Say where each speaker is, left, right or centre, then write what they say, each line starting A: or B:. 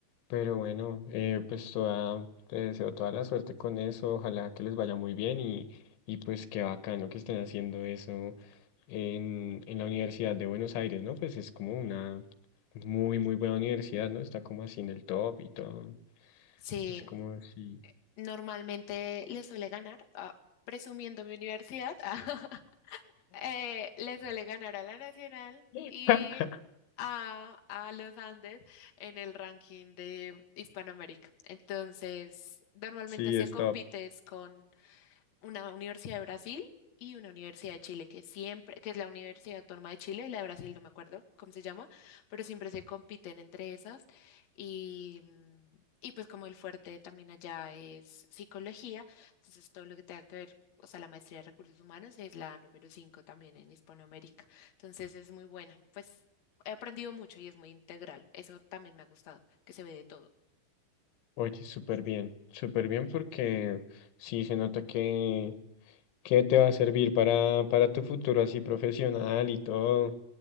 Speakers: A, on the left; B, on the left.
A: Pero bueno, eh, pues toda, te deseo toda la suerte con eso, ojalá que les vaya muy bien y, y pues qué bacano que estén haciendo eso en, en la Universidad de Buenos Aires, ¿no? Pues es como una muy, muy buena universidad, ¿no? Está como así en el top y todo,
B: Sí,
A: es como así.
B: normalmente le suele ganar, ah, presumiendo mi universidad, <laughs> eh, le suele ganar a la Nacional
A: <laughs>
B: y a, a los Andes en el ranking de Hispanoamérica. Entonces, normalmente
A: Sí,
B: se
A: es
B: compite
A: top.
B: es con una universidad de Brasil y una universidad de Chile, que siempre, que es la Universidad Autónoma de Chile, y la de Brasil no me acuerdo cómo se llama, pero siempre se compiten entre esas. Y, mm, y pues como el fuerte también allá es psicología, entonces todo lo que tenga que ver, o sea, la maestría de recursos humanos es la número 5 también en Hispanoamérica. Entonces es muy buena, pues he aprendido mucho y es muy integral. Eso también me ha gustado, que se ve de todo.
A: Oye, súper bien, súper bien porque sí se nota que... que te va a servir para, para tu futuro así profesional y todo.